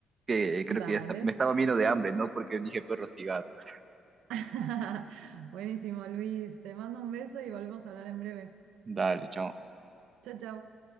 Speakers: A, on the right; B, on the right.
A: que creo
B: Dale.
A: que ya está- me estaba viendo de hambre, ¿no? Porque dije perros y gatos.
B: <laughs> Buenísimo, Luis. Te mando un beso y volvemos a hablar en breve.
A: Dale, chao.
B: Chao, chao.